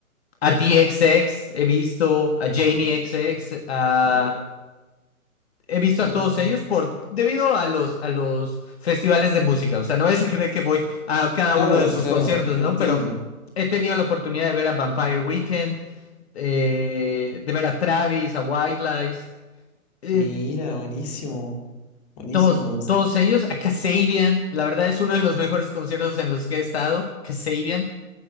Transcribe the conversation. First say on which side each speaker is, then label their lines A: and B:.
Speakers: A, on the left; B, on the left.
A: a DXX, he visto a Jamie
B: Y-
A: XX, a
B: Buena,
A: he visto
B: buena,
A: a todos
B: buena.
A: ellos por debido a los a los festivales de música. O sea, no es a creer que voy a cada
B: Claro,
A: uno de sus
B: claro,
A: conciertos,
B: entiendo.
A: ¿no? Pero he tenido la oportunidad de ver a Vampire Weekend, eh, de ver a Travis, a White Lies, eh,
B: Mira, buenísimo, buenísimo.
A: todos, todos ellos, a Kasabian. La verdad es uno de los mejores conciertos en los que he estado. Kasabian,